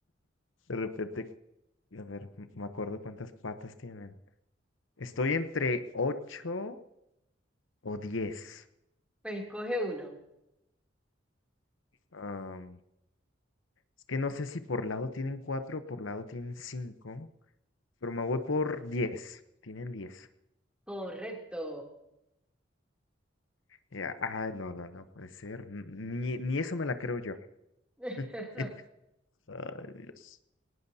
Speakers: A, on the left; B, in the centre.
A: de repente, a ver, m- me acuerdo cuántas patas tienen. Estoy entre 8 o 10.
B: Pues coge uno.
A: Am, es que no sé si por lado tienen 4 o por lado tienen 5, pero me voy por diez. tienen 10.
B: Correcto.
A: Ya, ay, no, no, no puede ser, n- ni, ni eso me la creo yo.
B: <laughs>
A: <laughs> Ay, Dios.